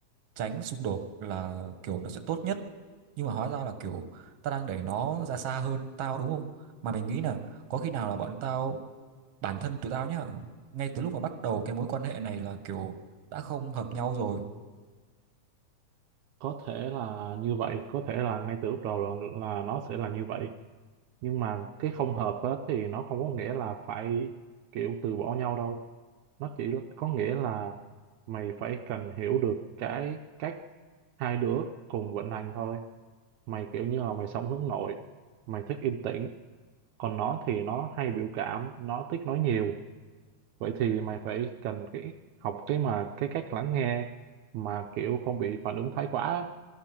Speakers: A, on the right (about 60°); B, on the right (about 80°).
A: tránh xung đột là kiểu nó sẽ tốt nhất nhưng mà hóa ra là kiểu tao đang đẩy nó ra xa hơn tao đúng không mà mình nghĩ là có khi nào là bọn tao bản thân tụi tao nhá ngay từ lúc mà bắt đầu cái mối quan hệ này là kiểu đã không hợp nhau rồi
B: có thể là như vậy có thể là ngay từ lúc đầu là, là nó sẽ là như vậy nhưng mà cái không hợp á, thì nó không có nghĩa là phải kiểu từ bỏ nhau đâu nó chỉ có nghĩa là mày phải cần hiểu được cái cách hai đứa cùng vận hành thôi mày kiểu như là mày sống hướng nội mày thích yên tĩnh còn nó thì nó hay biểu cảm nó thích nói nhiều vậy thì mày phải cần cái học cái mà cái cách lắng nghe mà kiểu không bị phản ứng thái quá á